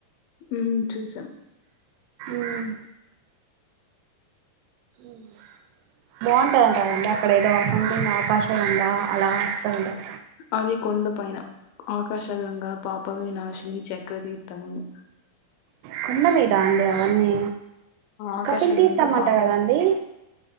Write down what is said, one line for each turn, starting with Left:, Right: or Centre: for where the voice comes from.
Left: మ్మ చూసాం
Right: మ్ మ్ బాగుంటాయంట కదండి అక్కడ ఏదో సంథింగ్ ఆకాశగంగ అలా చేసారంట గా
Left: అది కొండ పైన ఆకాశగంగా పాప వినాశిని చెక్ ప్రదీర్తమును
Right: కొండ మీదా అండి అవన్నీ
Left: ఆకాశగంగా
Right: కపిల్ తీర్థమ్మంటా
Left: పాప
Right: కదాండి